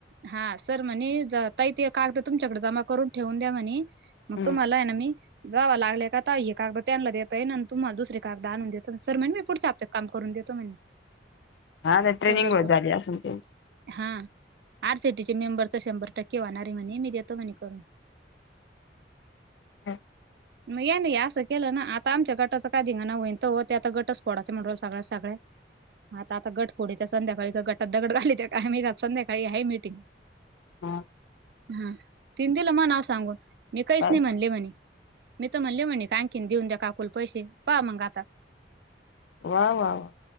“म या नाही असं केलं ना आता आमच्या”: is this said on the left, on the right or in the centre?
Right